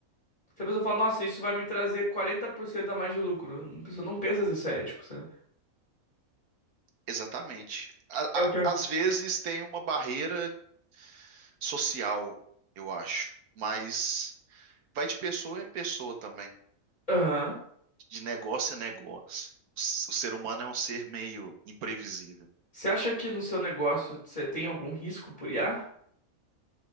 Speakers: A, on the left; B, on the right.
A: Se a pessoa fala, nossa, isso vai me trazer 40% a mais de lucro, a pessoa não pensa se isso é ético, sabe?
B: Exatamente. A- a-
A: É o quê?
B: às vezes tem uma barreira social, eu acho, mas vai de pessoa em pessoa também,
A: Aham.
B: de negócio a negócio. O ser humano é um ser meio imprevisível.
A: Você acha que no seu negócio você tem algum risco por IA?